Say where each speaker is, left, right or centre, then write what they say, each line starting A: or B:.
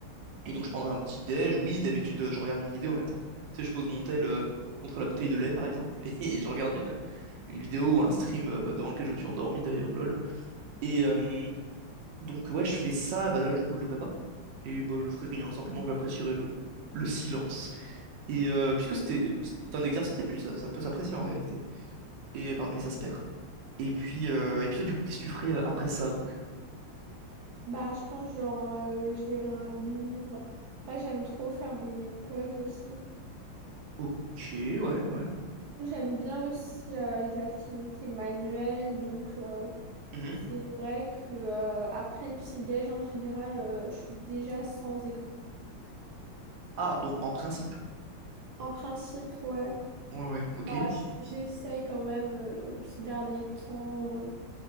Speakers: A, on the right (about 65°); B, on the right (about 80°).
A: et donc, je prendrai un petit déj. Oui, d'habitude, euh, je regarde une vidéo en même temps. Tu sais, je pose mon tel euh, contre la bouteille de lait, par exemple, <laughs> et je regarde une, une vidéo ou un stream euh, devant lequel je me suis endormi, d'ailleurs, lol. Et euh, donc, ouais, je fais ça. Bah là, du coup, je le ferai pas. Et bah, je ferai rien. Simplement, j'apprécierai le, le silence. Et euh, puisque c'était c'est un exercice, et puis ça, ça peut s'apprécier en réalité. Et, bah, mais ça se perd. Et puis, euh, et puis toi, du coup, qu'est-ce que tu ferais euh, après ça, donc?
B: Bah, je pense, genre, euh, je lirai un livre. Après, j'aime trop faire des puzzles aussi.
A: Ok, ouais, ouais.
B: J'aime bien aussi euh, les activités manuelles, donc euh,
A: Mhm.
B: c'est vrai que euh, après le petit-déj, en général, euh, je suis déjà sans écran.
A: Ah, donc en principe.
B: En principe, ouais.
A: Ouais, ouais, ok.
B: Bah, je- j'essaye quand même euh, ces derniers temps euh,